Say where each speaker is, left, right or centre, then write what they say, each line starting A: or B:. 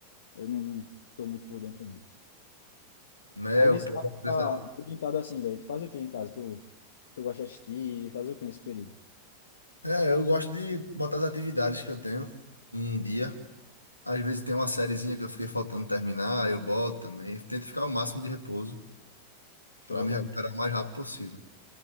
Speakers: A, on the left; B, on the left.
A: eu não, não tô muito por dentro, não.
B: Mel,
A: Aí, nesse
B: própolis,
A: caso, tu tá
B: essas...
A: orientado assim, velho. Tu faz o que em casa? Tu, tu gosta de assistir? Fazer o que nesse período?
B: É, eu gosto de botar as atividades que eu tenho em dia. Às vezes tem uma sériezinha que eu fiquei faltando terminar, eu boto também. Tento ficar o máximo de repouso
A: Show,
B: para me
A: velho.
B: recuperar o mais rápido possível.